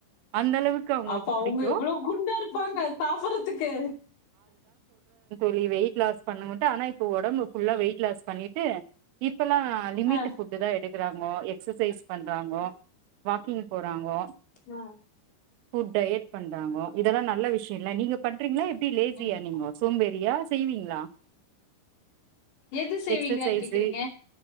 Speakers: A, on the right; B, on the left.
A: அந்த அளவுக்கு அவங்களுக்கு
B: அப்ப அவங்க
A: பிடிக்கு
B: எவ்வளோ குண்டா இருப்பாங்க சாப்புட்றதுக்கு
A: வெயி வெயிட்லாஸ் பண்ணும்போது ட்டு ஆனா இப்போ ஒடம்பு ஃபுல்லா வெயிட் லாஸ் பண்ணிட்டு இப் ப்பல்லா லிமிட்டு
B: அ,
A: ஃபுட்டுதா எடுத் க்குறாங்கோ எக்சசைஸ் பண்றாங்கோ வாக்கிங்கு போறாங்கோ
B: அ,
A: ஹூ டயட் பண்றாங்க இதலா நல்ல விஷ்யொல்ல நீங்க பண்றீங்ளா என் டி லேசியா
B: ம்.
A: நீங்கோ சோம்பேரியா செய்வீங்ளா
B: எது செய்வீங்ளான்
A: எக்ஸசைஸு
B: கேக்குறீங்க